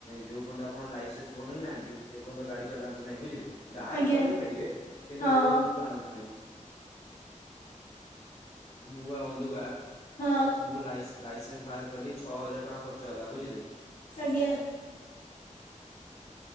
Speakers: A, on the left (about 50°); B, on the left (about 75°).
A: ଯୋଉ ପର୍ଯ୍ୟନ୍ତ ଆପଣ ଲାଇସେନ୍ସ ବନେଇ ନାହାନ୍ତି ସେଇ ପର୍ଯ୍ୟନ୍ତ ଗାଡି ଚଲାନ୍ତୁ ନାହିଁ ବୁଝିଲେ ଗାଁ
B: ଆଜ୍ଞା
A: ରେ ଚଲେଇ ପାରିବେ କିନ୍ତୁ
B: ହଁ
A: ରୋଡ ଉପରକୁ ଆଣନ୍ତୁ ନାହିଁ। ମୁଁ ପା ବନ୍ଧୁ ଗା
B: ହଁ
A: ମୁଁ ଲାଇସି ଲାଇସେନ୍ସ ବାହାର କଲି ଛଅ ହଜାର ଟଙ୍କା ଖର୍ଚ୍ଚ ହେଲା ବୁଝିଲେ
B: ସରଗିଆ <inaudible>